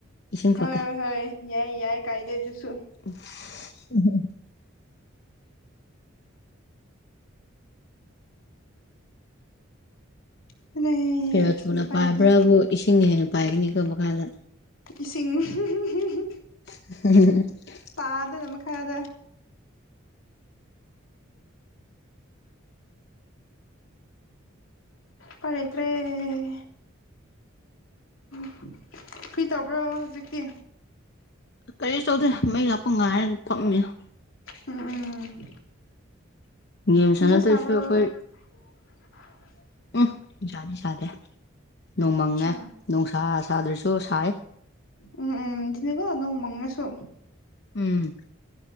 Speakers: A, on the left; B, on the left.
A: ꯏꯁꯤꯡ ꯄꯨꯔꯛꯀꯦ
B: ꯍꯣꯏ ꯍꯣꯏ ꯌꯥꯏ ꯌꯥꯏ ꯀꯥꯏꯗꯦ ꯑꯗꯨꯁꯨ
A: <unintelligible>
B: <unintelligible>
A: ꯄ°ꯔꯥꯆꯨꯅ
B: ꯎꯄꯥꯏ
A: ꯄꯥꯏꯕ꯭ꯔꯥꯕꯨ
B: ꯂꯩꯇꯦ
A: ꯏꯁꯤꯡꯅ ꯍꯦꯟꯅ ꯄꯥꯏꯒꯅꯤꯀꯣ ꯃꯈꯥꯗ
B: ꯏꯁꯤꯡ <unintelligible>
A: <unintelligible>
B: ꯄꯥꯗꯅ ꯃꯈꯥꯗ ꯄꫭꯠ ꯂꯩꯇ꯭ꯔ° <unintelligible> ꯀ꯭ꯔꯤ ꯇꯧꯕ꯭ꯔꫭ ꯍꯧꯖꯤꯛꯇꯤ
A: ꯀꯔꯤꯁꯨ ꯇꯧꯗ° ꯃꯩ ꯂꯥꯛꯄ ꯉꯥꯏꯔꯒ ꯐꯝꯃꯤꯌ°
B: ꯎꯝ ꯎꯝ
A: ꯒꯦꯝ
B: ꯅꯨꯡꯁꯥ
A: ꯁꯥꯟꯅꯗꯣꯏ
B: ꯁꯥꯕ꯭ꯔꯣ
A: ꯁꯔꯨꯛ ꯑꯈꯣꯏ
B: <inaudible>
A: ꯎꯝ ꯅꯨꯡꯁꯥꯥꯗꯤ ꯁꯥꯗꯦ ꯅꯣꯡꯃꯪꯉꯦ
B: ꯑꯠꯁꯥ
A: ꯅꫭꯡꯁꯥ ꯁꯥꯗ꯭ꯔꯁꯨ ꯁꯥꯏ
B: ꯎꯝ ꯎꯝ <unintelligible> ꯅꫭꯡ ꯃꯪꯉꯁꯨ
A: ꯎꯝ